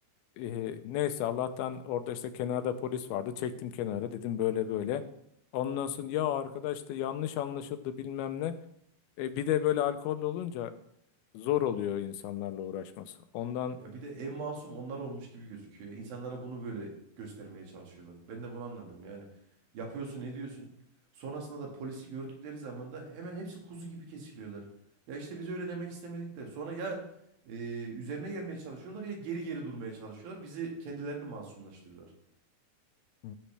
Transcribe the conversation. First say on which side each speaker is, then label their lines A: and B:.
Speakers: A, on the left; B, on the right.
A: Ee, neyse Allah'tan orada işte kenarda polis vardı. Çektim kenara dedim böyle böyle.
B: hı hı.
A: Ondan sonra ya arkadaş işte yanlış anlaşıldı bilmem ne. E, bir de böyle alkollü olunca zor oluyor insanlarla uğraşması. Ondan
B: Ya bir de en masum onlar olmuş gibi gözüküyor. İnsanlara bunu böyle göstermeye çalışıyorlar. Ben de bunu anlamıyorum. Yani yapıyorsun, ediyorsun. Sonrasında da polisi gördükleri zaman da hemen hepsi kuzu gibi kesiliyorlar. Ya işte biz öyle demek istemedik de. Sonra ya e, üzerine gelmeye çalışıyorlar ya geri geri durmaya çalışıyorlar. Bizi kendilerini masumlaştırıyorlar.
A: Hı